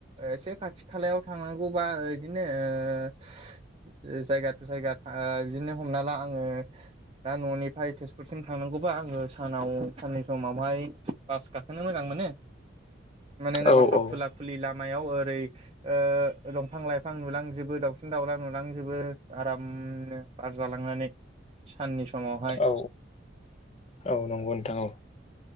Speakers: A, on the right; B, on the left.
A: एसे खाथि खालायाव थांनांगौबा बिदिनो ओ जायगा जायगा ओ बिदिनो हमना ला आङो दा न'नि फ्राय तेजपुरसिम थांनांगौबा आङो सानाव साननि समावहाय बास गाखोनो मोजां मोनो मानोना
B: औ
A: बासाव
B: औ
A: खुला खुलि लामायाव ओरै ओ दंफां लाइफां नुलांजोबो दाउसिन दाउला नुलांजोबो आरामनो बार जालांनानै साननि समावहाय
B: औ औ नंगौ नोंथां औ।